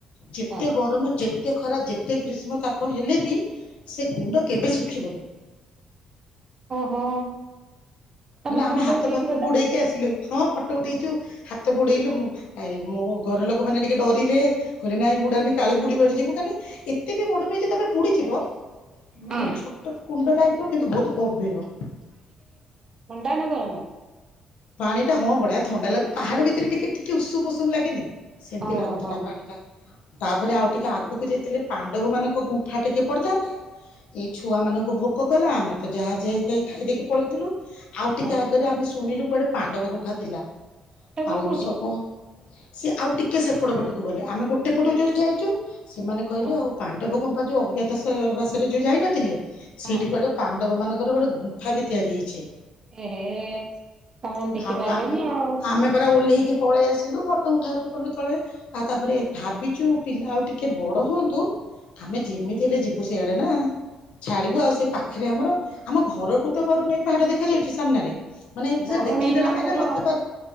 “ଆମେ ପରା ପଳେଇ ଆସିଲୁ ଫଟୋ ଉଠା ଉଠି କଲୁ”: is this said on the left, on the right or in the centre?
Left